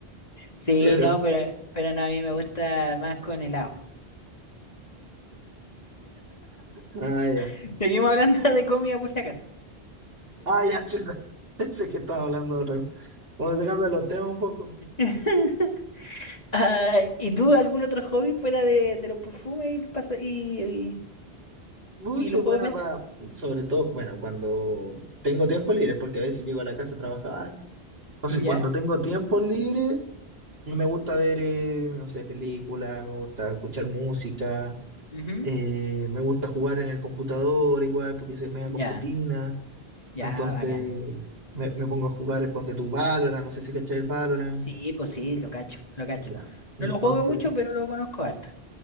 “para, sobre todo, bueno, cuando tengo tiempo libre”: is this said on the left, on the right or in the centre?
Right